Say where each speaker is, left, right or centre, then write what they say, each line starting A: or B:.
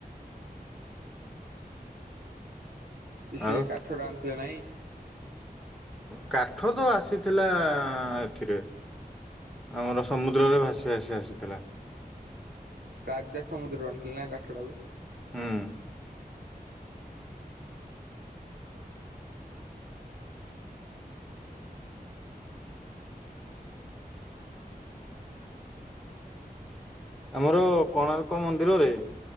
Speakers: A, on the right; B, in the centre.
A: ସେ
B: ଆଉ
A: କାଠ ଟା ଆଣିଥିଲେ ନାଇଁ।
B: କାଠ ତ ଆସିଥିଲା ଏଥିରେ ଆମର ସମୁଦ୍ରରେ ଭାସିକି। ଭାସି ଆସିଥିଲା।
A: ରାଜା ସମୁଦ୍ରରୁ ଆଣିଥିଲେ ନା କାଠଟାକୁ।
B: ହୁଁ। ଆମର କୋଣାର୍କ ମନ୍ଦିରରେ